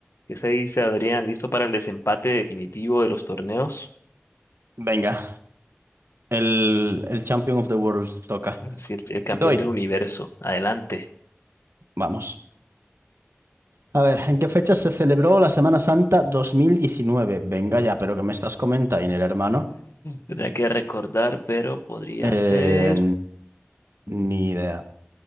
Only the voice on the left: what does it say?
¿Qué se dice, Adrián? ¿Listo para el desempate definitivo de los torneos?
Sí, el, el campeón
del universo. Adelante.
<laughs>
Tendría que recordar, pero podría
ser.